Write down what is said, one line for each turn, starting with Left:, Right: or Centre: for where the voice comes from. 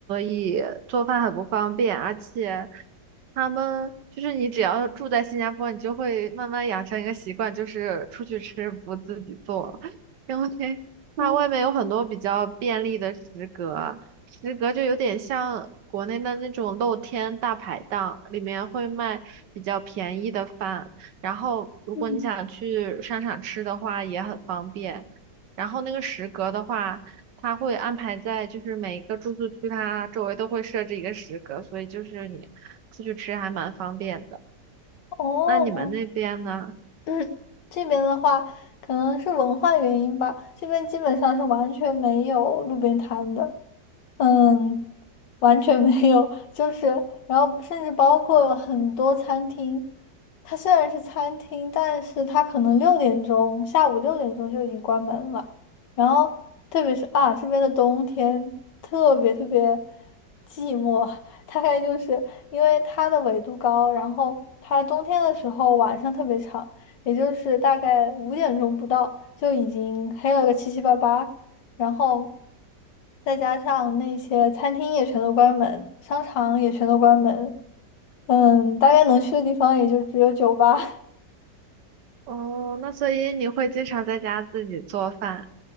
Right: 里做饭很不方便，而且他们就是你只要住在新加坡，你就会慢慢养成一个习惯，就是出去吃不自己做，因为它外面有很多比较便利的食阁，
Left: 嗯
Right: 食阁就有点像国内的那种露天大排档，里面会卖比较便宜的饭，然后如果你想去商场吃的话也很方便，
Left: 嗯，
Right: 然后那个食阁的话。它会安排在就是每一个住宿区，它周围都会设置一个食阁，所以就是你出去吃还蛮方便的。
Left: 哦，
Right: 那你们那边呢？
Left: <clears throat> 这边的话，可能是文化原因吧，这边基本上是完全没有路边摊的。嗯，完全没有，就是，然后甚至包括很多餐厅，它虽然是餐厅，但是它可能六点钟，下午六点钟就已经关门了。然后，特别是啊，这边的冬天特别特别寂寞，<laughs> 大概就是因为它的纬度高，然后它冬天的时候晚上特别长，也就是大概五点钟不到就已经黑了个七七八八，然后再加上那些餐厅也全都关门，商场也全都关门，嗯，大概能去的地方也就只有酒吧。
Right: 哦，那所以你会经常在家自己做饭？